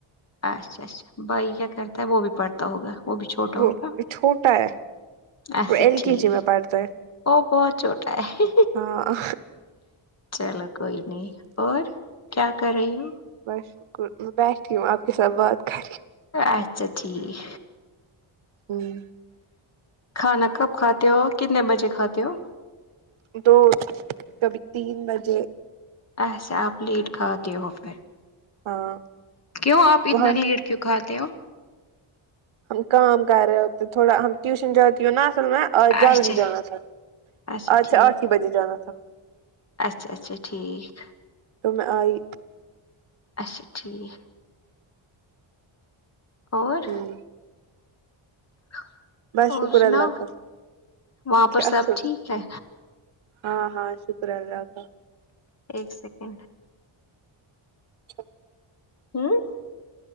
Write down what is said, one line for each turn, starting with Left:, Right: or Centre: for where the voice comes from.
Left: اچھا اچھا بھائی کیا کرتا ہے وہ بھی پڑھتا ہوگا وہ بھی چھوٹا
Right: وہ
Left: ہوگا
Right: چھوٹا ہے
Left: ایسا
Right: وہ ایل
Left: ٹھیک
Right: کے جی میں پڑتا ہے
Left: وہ بہت چھوٹا ہے
Right: ہاں
Left: چلو کوئی نہیں اور کیا کر رہی ہوں
Right: بس شکر میں بیٹھی ہوں آپ کے ساتھ بات کری
Left: اچھا ٹھیک
Right: ہوں
Left: کھانا کب کھاتے ہو کتنے بجے کھاتے ہو
Right: دو کبھی تین بجے
Left: ایسے آپ لیٹ کھاتے ہو پھر
Right: ہاں
Left: کیوں آپ
Right: وہاں
Left: اتنا لیٹ کیوں کھاتے ہو
Right: ہم کام کر رہے ہوتے تھوڑا ہم ٹیوشن جاتی ہو نا تو میں آج
Left: اچھا
Right: جلد ہی جانا تھا
Left: اچھا
Right: آج
Left: ٹھیک
Right: آٹھ ہی بجے جانا تھا
Left: اچھا اچھا ٹھیک
Right: تو میں آئی
Left: اچھا ٹھیک اور
Right: ہوں
Left: <inaudible>
Right: بس
Left: اور
Right: شکر
Left: سناؤ
Right: اللہ کا
Left: وہاں پر
Right: کیا
Left: سب
Right: سن
Left: ٹھیک ہے
Right: ہاں ہاں شکر ہے اللہ کا
Left: ایک سیکنڈ
Right: اچھا
Left: ہوں